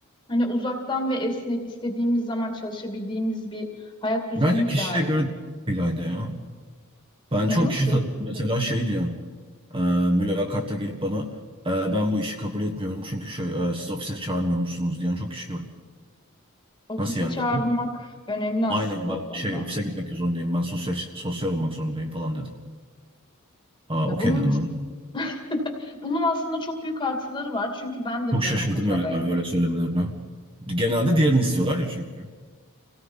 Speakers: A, on the left; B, on the right.
A: hani uzaktan ve esnek istediğimiz zaman çalışabildiğimiz bir hayat düzeni
B: Bence
A: mi
B: kişiye
A: daha iyi?
B: göre değil Ayda ya. Ben
A: Ya
B: çok
A: nasıl?
B: kişi tanıdım mesela şey diyen, e, mülakatta gelip bana e, ben bu işi kabul etmiyorum çünkü şey, e, siz ofise çağırmıyor musunuz diyen çok kişi gördüm.
A: Ofise
B: Nasıl yani
A: çağrılmak
B: dedim.
A: önemli aslında
B: Aynen ben
A: o konuda.
B: şey ofise gitmek zorundayım, ben sosyal sosyal olmak zorundayım falan dedi. Aa
A: Ya
B: okey
A: bunun
B: dedim ben.
A: <laughs> bunun aslında çok büyük artıları var. Çünkü ben de
B: Çok
A: biraz
B: şaşırdım
A: o kafadayım.
B: yani ben öyle söylemelerine. Genelde diğerini istiyorlar ya çünkü.